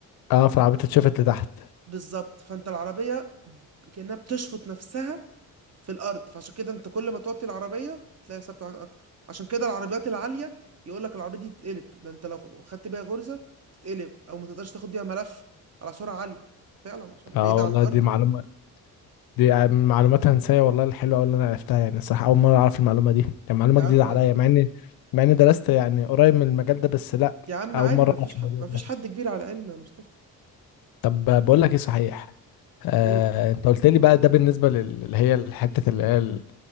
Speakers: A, on the left (about 70°); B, on the right (about 40°).
A: اه فالعربية اتشفت لتحت
B: بالظبط فانت العربيه كانها بتشفط نفسها في الارض فعشان كده انت كل ما توطي العربيه تلاقي ثابته معاك اكتر عشان كده العربيات العاليه يقول لك العربيه دي تتقلب ده انت لو خدت بيها غرزه تتقلب او ما تقدرش تاخد بيها ملف على سرعه عاليه فعلا عشان
A: اه
B: بعيده عن
A: والله
B: الارض
A: دي معلومه دي آه، من معلومات هندسيه والله الحلوه قوي اللي انا عرفتها يعني الصراحه اول مره اعرف المعلومه دي كان معلومه
B: يا
A: جديده
B: عم
A: عليا مع اني مع اني درست يعني قريب من المجال ده بس لا
B: يا عم
A: اول
B: عادي
A: مره
B: ما فيش
A: اعرف
B: ح...
A: الموضوع
B: ما فيش
A: ده
B: حد كبير على العلم يا مصطفى
A: طب آه، بقول لك ايه صحيح آه،
B: قول
A: انت قلت لي بقى ده بالنسبه لل- اللي هي الحته اللي هي اللي